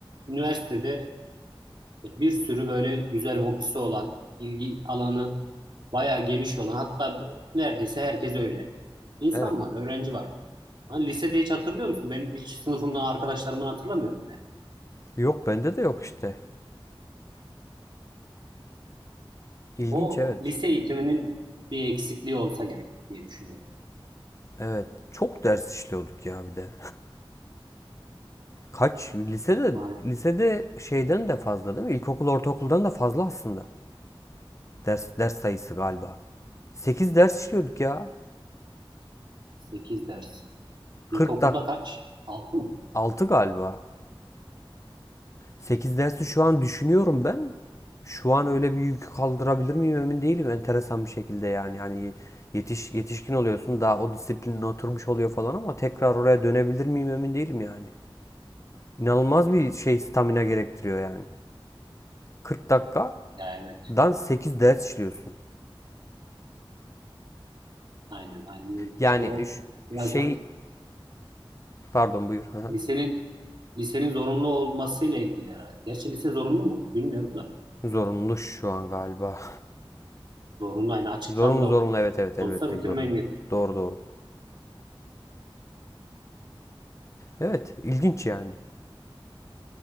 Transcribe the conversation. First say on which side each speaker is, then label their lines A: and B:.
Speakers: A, on the right; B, on the left.
A: üniversitede bir sürü böyle güzel hobisi olan, ilgi alanı bayağı geniş olan hatta neredeyse herkes öyle. İnsan
B: Evet.
A: var, öğrenci var. Hani lisede hiç hatırlıyor musun? Ben hiç sınıfımdan arkadaşlarımdan hatırlamıyorum ya.
B: Yok bende de yok işte. İlginç
A: O
B: evet.
A: lise eğitiminin bir eksikliği olsa gerek diye düşünüyorum.
B: Evet. Çok ders işliyorduk ya bir de. Kaç? Lisede
A: Maalesef
B: lisede şeyden de fazla değil mi? İlkokul, ortaokuldan da fazla aslında. Ders ders sayısı galiba. 8 ders işliyorduk ya.
A: sekiz ders.
B: 40
A: İlkokulda
B: dak
A: kaç? 6 mı?
B: 6 galiba. 8 dersi şu an düşünüyorum ben. Şu an öyle bir yükü kaldırabilir miyim emin değilim. Enteresan bir şekilde yani. Hani yetiş, yetişkin oluyorsun daha o disiplinin oturmuş oluyor falan ama tekrar oraya dönebilir miyim emin değilim yani. İnanılmaz bir şey stamina gerektiriyor yani. 40 dakikadan
A: Ya evet.
B: 8 ders işliyorsun.
A: Aynen aynen öyle.
B: Yani
A: İşte o
B: ş-
A: biraz
B: şey
A: da
B: pardon buyur. Hı hı.
A: lisenin lisenin zorunlu olmasıyla ilgili herhalde. Gerçi lise zorunlu mu? Bilmiyorum da.
B: Zorunlu şu an galiba.
A: Zorunlu yani açıktan
B: Zorunlu
A: da
B: zorunlu evet evet elbette
A: olsa bitirmen
B: zorunlu.
A: gerekiyor.
B: Doğru doğru. Evet ilginç yani.